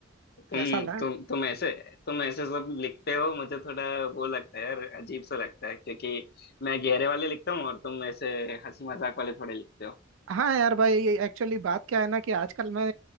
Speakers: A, on the left; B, on the right.
A: तुम
B: कैसा लगा
A: तुम तुम ऐसे तुम ऐसे सब लिखते हो मुझे थोड़ा वो लगता है यार अजीब सा लगता है क्योंकि मैं गहरे वाले लिखता हूँ और तुम ऐसे हंसी मजाक वाले थोड़े लिखते हो
B: हाँ यार भाई ये एक्चुअली बात क्या है ना कि आजकल मैं